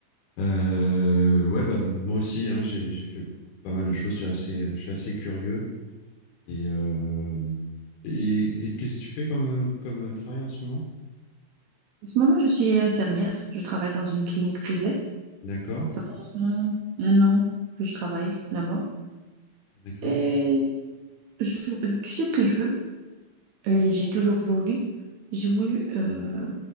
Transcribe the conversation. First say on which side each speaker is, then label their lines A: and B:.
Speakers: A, on the left (about 80°); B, on the right (about 70°).
A: Euh, ouais, bah moi aussi, hein, j'ai, j'ai fait pas mal de choses. Je suis assez, je suis assez curieux. Et, euh, et, et qu'est-ce que tu fais comme, comme travail en ce moment?
B: En ce moment, je suis infirmière, je travaille dans une clinique privée.
A: D'accord,
B: Ça fait un an, un an que je travaille là-bas.
A: d'accord,
B: Et je- tu sais ce que je veux? Et j'ai toujours voulu, j'ai voulu euh,